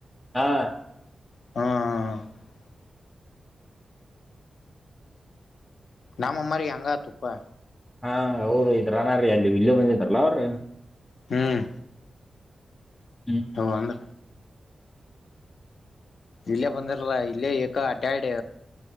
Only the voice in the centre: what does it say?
ಹಾಂ.
ಹಾ ಹೌದ್ರಿ ಇದ್ರನಾ ರೀ ಅಲ್ಲಿ ಇಲ್ಲೂ ಬಂದಿದ್ರಲ್ಲ ಅವ್ರ ರಿ.
ಹ್ಮ್